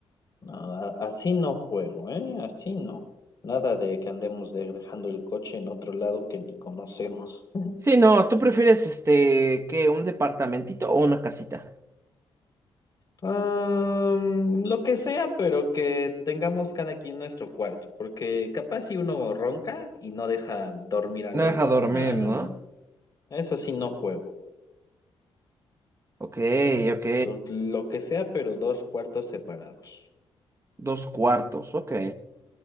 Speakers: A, on the left; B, on the right.
A: no, a- así no juego, ¿eh? Así no. Nada de que andemos de- dejando el coche en otro lado que ni conocemos.
B: Sí, no, ¿tú prefieres este, que un departamentito o una casita?
A: Am, lo que sea, pero que tengamos cada quien nuestro cuarto, porque capaz si uno ronca y no deja dormir al
B: No
A: otro,
B: deja dormir,
A: no, no,
B: ¿no?
A: no, eso sí no juego.
B: Ok, ok.
A: Entonces, lo que sea, pero dos cuartos separados.
B: Dos cuartos, ok.